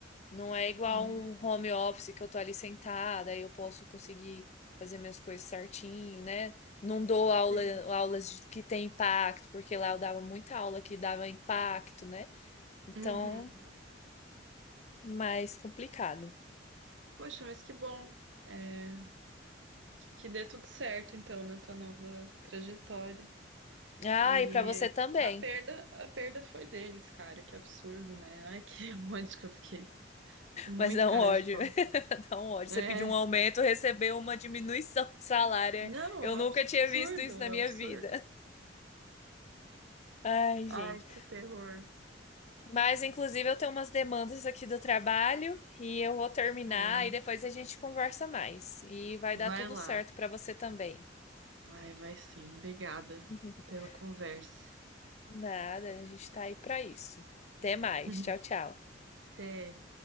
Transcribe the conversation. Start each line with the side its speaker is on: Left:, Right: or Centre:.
Left: Não é igual
Right: Hum.
Left: um home office que eu tô ali sentada e eu posso conseguir fazer minhas coisas certinho, né? Não dou aula,
Right: Sei.
Left: aulas de- que tem impacto, porque lá eu dava muita aula que dava impacto, né? Então,
Right: Uhum.
Left: mais complicado.
Right: Poxa, mas que bom. É, que dê tudo certo então na tua nova trajetória.
Left: Ah,
Right: E
Left: e pra você também.
Right: a perda, a perda foi deles, cara. Que absurdo, né? Ai, que <laughs> monte que eu fiquei. Muito
Left: Mas não
Right: cara
Left: ódio.
Right: de pau.
Left: Então, ótimo.
Right: É,
Left: Você pediu um aumento, recebeu uma diminuição de salário.
Right: não,
Left: Eu
Right: absurdo,
Left: nunca tinha visto isso na minha
Right: absurdo.
Left: vida. Ai, gente.
Right: Ai, que terror.
Left: Mas, inclusive, eu tenho umas demandas aqui do trabalho e eu vou terminar
Right: Que bom.
Left: e depois a gente conversa mais. E vai
Right: Vai
Left: dar tudo
Right: lá.
Left: certo para você também.
Right: Ai, vai sim. Obrigada
Left: <laughs>
Right: pela conversa.
Left: Nada, a gente tá aí para isso. Até mais.
Right: <laughs>
Left: Tchau, tchau.
Right: Até.